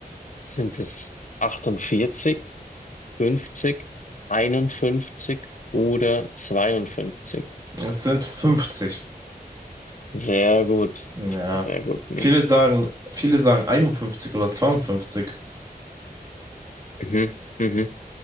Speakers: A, on the left; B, on the right.
A: Sind es 48? fünfzig, 51 oder zweiundfünfzig.
B: Es sind 50.
A: Sehr gut,
B: Ja.
A: sehr gut, nicht
B: Viele
A: schlecht.
B: sagen, viele sagen 51 oder 52.
A: Mhm, mhm.